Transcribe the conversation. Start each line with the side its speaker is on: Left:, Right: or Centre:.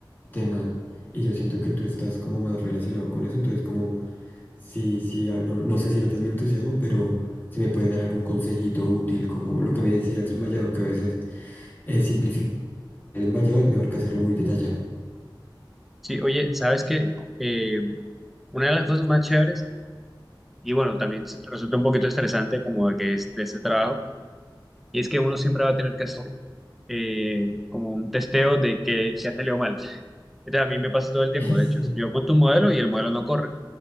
Left: tema. Y yo siento que tú estás como más relacionado con eso, entonces como, sí, sí, ah, no, no sé si notas mi entusiasmo, pero si me puedes dar algún consejito útil, como lo que me decías del mallado, que a veces eh, simplificar el mallado es mejor que hacerlo muy detallado.
Centre: Sí, oye, ¿sabes qué? Eh, Una de las cosas más chéveres, y bueno, también se- resulta un poquito estresante como de que es de ese trabajo, y es que uno siempre va a tener que hacer eh, como un testeo de que si ha salido mal. Entonces, a mí me pasa todo el tiempo,
Left: <laughs>
Centre: de hecho. Yo monto un modelo y el modelo no corre.